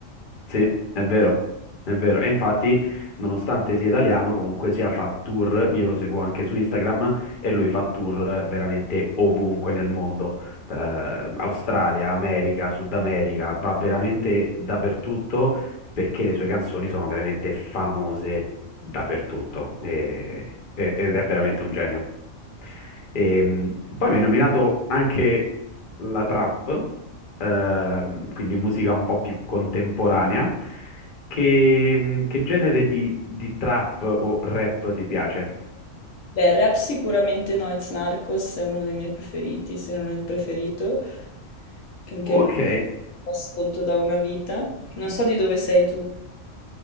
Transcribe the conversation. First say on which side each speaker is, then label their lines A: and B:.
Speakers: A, on the left; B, on the left.
A: Sì, è vero, è vero. E infatti, nonostante sia italiano, comunque sia fa tour, io lo seguo anche su Instagram e lui fa tour veramente ovunque nel mondo. Eh, Australia, America, Sud America, va veramente dappertutto perché le sue canzoni sono veramente famose dappertutto e- e- ed è veramente un genio. E, mh, poi mi hai nominato anche la trap, ehm, quindi musica un po' più contemporanea. Che, che genere di, di trap o rap ti piace?
B: Beh, rap sicuramente Noyz Narcos è uno dei miei preferiti, se non il preferito, che anche
A: Ok,
B: lui lo ascolto da una vita. Non so di dove sei tu.